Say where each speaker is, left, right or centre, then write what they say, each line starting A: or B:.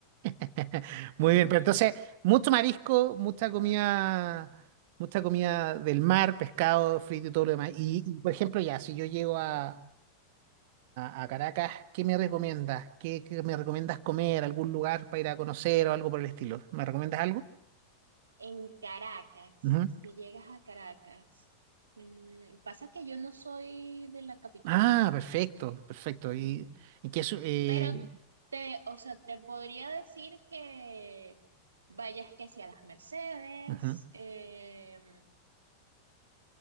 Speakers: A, on the right; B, on the right.
A: <laughs> Muy
B: <laughs> Ujú.
A: bien, pero entonces, mucho marisco, mucha comida, mucha comida del mar, pescado, frito y todo lo demás. Y, y, por ejemplo, ya, si yo llego a, a- a- a Caracas, ¿qué me recomiendas? ¿Qué, qué me recomiendas comer? ¿Algún lugar para ir a conocer o algo por el estilo? ¿Me recomiendas algo?
B: en Caracas,
A: Ujú.
B: si llegas a Caracas, Mm, pasa que yo no soy de la capital.
A: Ah, perfecto, perfecto.
B: ujú,
A: ¿Y, y qué su- eh,
B: Pero te, o sea, te podría decir que vayas que si a las Mercedes,
A: ujú,
B: em,